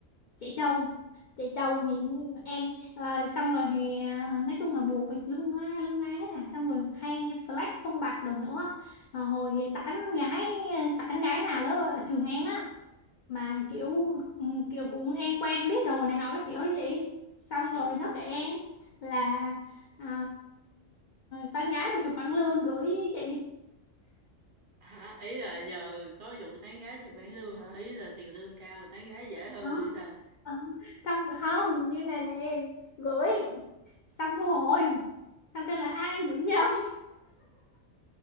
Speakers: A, on the left (about 75°); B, on the right (about 65°).
A: chạy trâu chạy trâu những em ờ, xong rồi thì ờ, nói chung là bộ bịch lung la lung lá hết à xong rồi hay flex phong bạc đồ nữa Ờ, hồi tán gái tán gái nào đó ở trường em á mà kiểu ừ, kiểu cũng em quen biết đồ này nọ cái kiểu gì xong
B: ừ.
A: rồi nó kể em là ờ, tán gái mình chụp bằng lương gửi chị
B: hả ý là giờ có vụ tán gái chụp bảng lương hả ý là tiền lương cao tán gái dễ hơn
A: Đó.
B: hay sao
A: Ờ, xong không như này nè em gửi xong thu hồi xong kêu là ai gửi nhầm